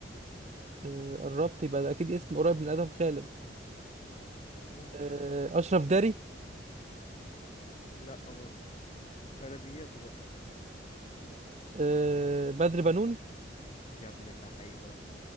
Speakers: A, on the right; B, on the left.
A: آه، قربت يبقى ده اكيد اسم قريب من ادم خالد
B: ممكن
A: آه، اشرف داري
B: لا برضه بلدياته بقى
A: آه، بدر بنون
B: يا ابن اللعيبه